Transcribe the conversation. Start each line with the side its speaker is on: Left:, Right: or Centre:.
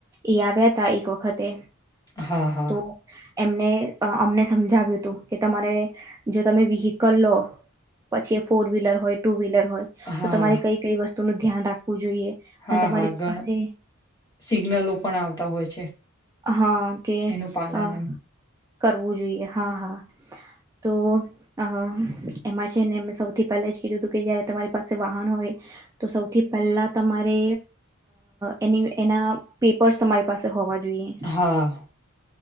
Right: એ આવ્યા હતા એક વખતે.
Left: હા હા.
Right: તો એમને અમને સમજાવ્યું હતું, કે તમારે જો તમે વિહીકલ લો પછી ફોર્હીલર હો ટુહીલર હોય,
Left: હા
Right: તો તમારી કઈ કઈ વસ્તુ નું ધ્યાન રાખવું જોઈએ
Left: હા
Right: અને તમારી
Left: હા ઘણા
Right: પાસે
Left: સિગ્નલો પણ આવતા હોય છે,
Right: હા કે
Left: એનું પાલન
Right: અ
Left: એમ.
Right: કરવું જોઈએ હા હા, તો અ એમાં છે ને એ સૌથી સૌથી પહેલા જ કીધું હતું કે જયારે તમારી પાસે વાહન હોય, તો સૌથી પહેલા તમારે એ એના પેપર્સ તમારી પાસે હોવા જોઈએ
Left: હા.